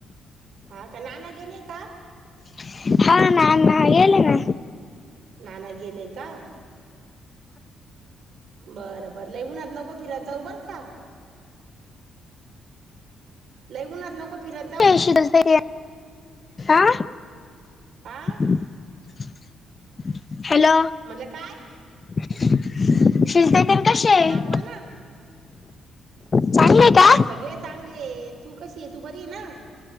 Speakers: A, on the right; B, on the left.
A: हांअ कां? नाना गेले का?.
B: <inaudible> हां नांं नाना गेले नां.
A: नाना गेले कां?. बरं -बरं लई ऊनात नको फिरतं जाऊ बरं का? लई ऊूनात नको फिरत जाऊ.
B: अशीस <unintelligible> हांअ.
A: आं अ
B: <unintelligible> हॅलो
A: म्हणलं काय
B: तब्बेत <unintelligible> तेन कसे आहे
A: हा
B: <inaudible>
A: बोल ना
B: चांगलंय का.
A: सगळे चांगले तूं कशी आहे तूं बरी आहे नां.